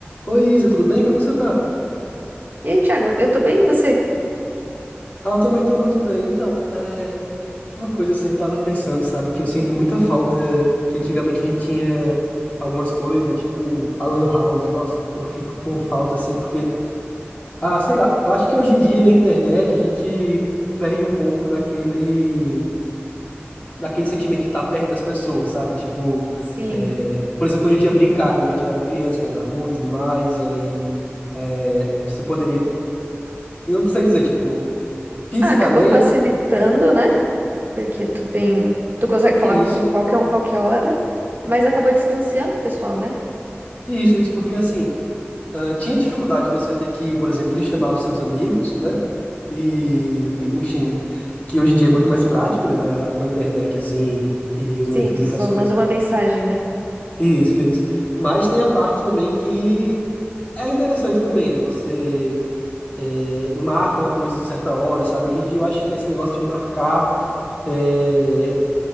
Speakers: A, on the left; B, on the right.
A: Oi, Isa, tudo bem? Como que você tá?
B: E aí, Thiago, eu tô bem, e você?
A: Ah, eu também tô muito bem. Então, é, uma coisa assim, eu tava pensando, sabe, que eu sinto muita falta que antigamente a gente tinha algumas coisas, né? Tipo, a Lan House. Nossa, eu fico com falta assim, porque, ah, sei lá, eu acho que hoje em dia na internet a gente perde um pouco daquele, daquele sentimento de estar perto das pessoas, sabe? Tipo,
B: Sim,
A: é, por exemplo, quando a gente ia brincar, quando a gente era criança, né, na rua e tudo mais, e aí é, você poderia, eu não sei dizer, tipo, fisicamente.
B: Ah, acabou facilitando, né? Porque tu tem, tu consegue falar
A: Isso,
B: com qualquer um qualquer hora, mas acabou distanciando o pessoal, né?
A: isso, isso, porque assim, ah, tinha dificuldade de você ter que, por exemplo, ir chamar os seus amigos, né? E, enfim, que hoje em dia é muito mais prático, né, na- com a internet, assim, e os meios
B: Sim,
A: de comunicações.
B: tu só manda uma mensagem, né?
A: Isso, isso. Mas tem a parte também que é interessante também, né? Você eh, marca uma coisa a certa hora, sabe? Hoje em dia eu acho que esse negócio de marcar eh,